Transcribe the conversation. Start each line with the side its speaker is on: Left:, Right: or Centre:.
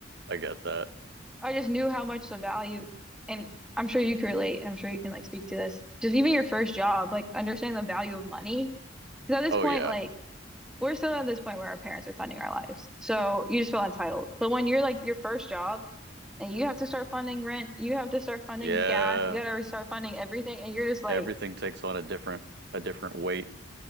Right: I get that.
Centre: I just knew how much the value, and I'm sure you can relate, and I'm sure you can like speak to this. Just even your first job, like understanding the value of money. Because at this
Right: Oh
Centre: point,
Right: yeah.
Centre: like we're still at this point where our parents are funding our lives. So you just feel entitled. But when you're like your first job and you have to start funding rent, you have to start funding
Right: Yeah.
Centre: gas, you gotta start funding everything, and you're just like,
Right: Everything takes on a different a different weight.